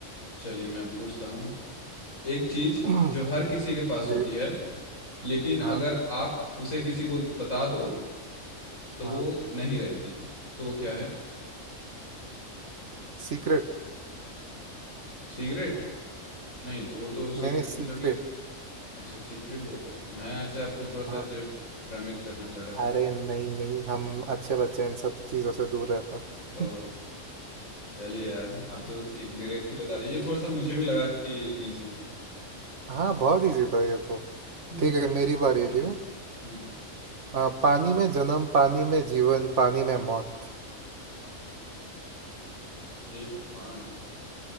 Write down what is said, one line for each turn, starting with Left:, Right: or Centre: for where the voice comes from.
Left: चलिए मैं पूछता हूँ एक चीज
Right: <clears throat>
Left: जो हर किसी के पास होती
Right: जी
Left: है लेकिन अगर
Right: हाँ
Left: आप उसे किसी को बता दो तो
Right: हाँ
Left: वो नहीं रहती तो वो क्या है
Right: सीक्रेट
Left: सिगरेट नहीं तो वो तो सिगरेट
Right: नहीं नहीं सीक्रेट
Left: मतलब कि अच्छा सीक्रेट बोल रहे हैं मैं ऐसे आपको थोड़ा सा
Right: हाँ
Left: ऐसे भ्रमित करना चाह रहा
Right: अरे
Left: था
Right: नहीं नहीं हम अच्छे बच्चे हैं, इन सब चीज़ों से दूर रहता <laughs>
Left: ओह चलिए यार आप तो एक डायरेक्ट ही बता दिए ये थोड़ा सा मुझे भी लगा कि इजी है
Right: हाँ बहुत इजी था ये तो
Left: हम्म
Right: ठीक है मेरी बारी
Left: कोई
Right: है ठीक
Left: ना
Right: है
Left: हम्म
Right: आ, पानी में जन्म पानी में जीवन पानी में मौत
Left: ये भगवान